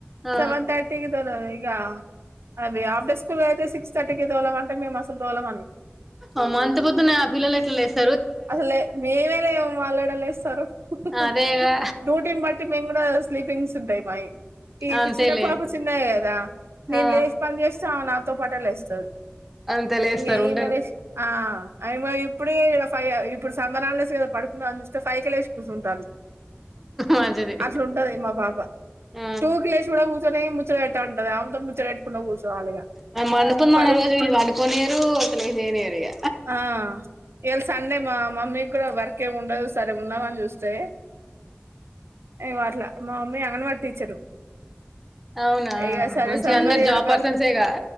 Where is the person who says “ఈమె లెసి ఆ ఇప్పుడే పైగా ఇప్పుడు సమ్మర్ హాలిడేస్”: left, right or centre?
Right